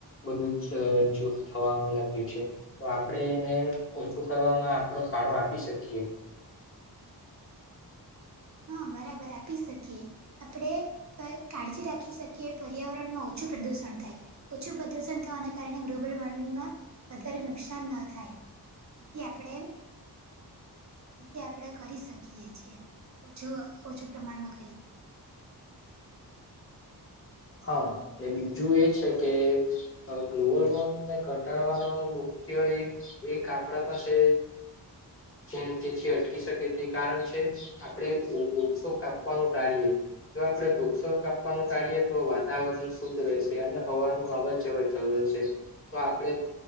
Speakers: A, on the left (about 30°); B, on the right (about 45°).
A: બધું જ છ જો થવાનું લાગ્યું છે. તો આપણે એને ઓછું કરવામાં આપણો ફાળો આપી શકીએ.
B: હ બરાબર, આપી શકીએ. આપણે કાળજી રાખી શકીએ પર્યાવરણમાં ઓછું પ્રદૂષણ થાય. ઓછું પ્રદૂષણ થવાના કારણે ગ્લોબલ વોર્મિંગમાં વધારે નુકસાન ન થાય. તેથી આપણે તેથી આપણે કરી શકીએ છીએ. ઓછું ઓછું પ્રમાણમાં કરી
A: હા ને બીજું એ છે કે ગ્લોબલ વોર્મિંગને ઘટાડવાનો મુખ્ય એક એક આપડા પાસે જેને જેથી અટકી શકે તે કારણ છે. આપડે વ વૃક્ષો કાપવાનું ટાળીયે જો આપડે વૃક્ષો કાપવાનું ટાળીયે તો વાતાવરણ શુદ્ધ રહેશે અને હવાનું અવરજવર ચાલુ રહેશે તો આપણે